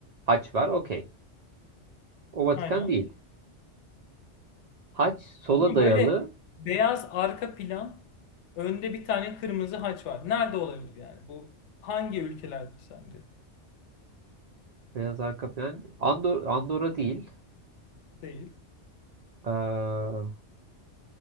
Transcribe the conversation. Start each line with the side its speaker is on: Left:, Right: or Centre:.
Right: Haç var, okey. O Vatikan
Left: aynen
Right: değil. Haç sola
Left: ama
Right: dayalı,
Left: böyle beyaz arka plan önde bir tane kırmızı haç var nerede olabilir yani bu hangi ülkelerdir sende
Right: beyaz arka plan. Andor Andorra değil.
Left: değil
Right: Ee,